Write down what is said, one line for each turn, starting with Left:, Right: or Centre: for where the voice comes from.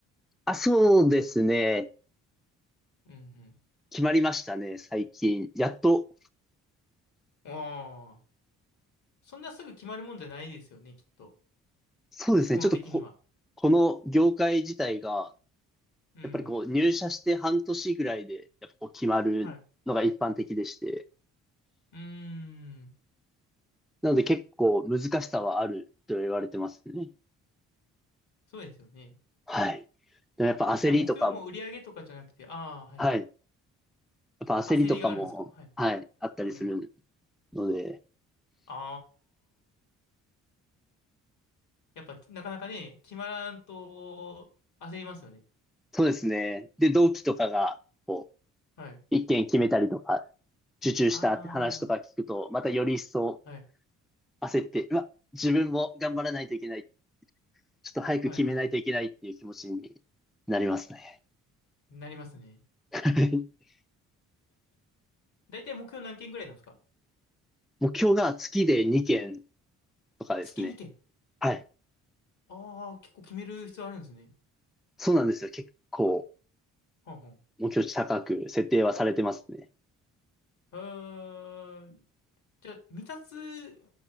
Centre: あ、そうですね。
Left: うん
Centre: 決まりましたね、最近。やっと、
Left: うん。ああ、そんなすぐ決まるもんじゃないですよね、きっと。
Centre: そうですね。
Left: 基本的には。
Centre: ちょっとこ、この業界自体が、
Left: うん。
Centre: やっぱりこう入社して半年ぐらいで、やっぱこう決まるのが一般的でして。
Left: はい。うーん。
Centre: なので結構難しさはあると言われてますね。
Left: そうですよね。だ
Centre: はい。でもやっぱ焦りとか、
Left: から目標も売り上げとかじゃなくて、ああ、はいはい。
Centre: はい。やっぱ焦りとかも、
Left: 焦りがあるんですかはい。
Centre: はい、あったりする
Left: うん。
Centre: ので、
Left: あやっぱ、なかなかね、決まらんと焦りますよね。
Centre: そうですね。で、同期とかが、こ
Left: はい。
Centre: う、一件決めたりとか、受注したって話とか聞くと、
Left: あ
Centre: またより一層
Left: あ、はい。
Centre: 焦って、うわ、自分も頑張らないといけない。ちょっと早く決めないといけないっていう気持ちになりますね。
Left: はいはい。なりますね。
Centre: <laughs>
Left: だいたい目標何件ぐらいなんですか
Centre: 目標が月で2件とかですね。
Left: 月2件。
Centre: はい。
Left: ああ、結構決める必要あるんですね。
Centre: そうなんですよ。結構。
Left: はんはん。
Centre: 目標値高く設定はされてますね。
Left: えー、じゃあ、未達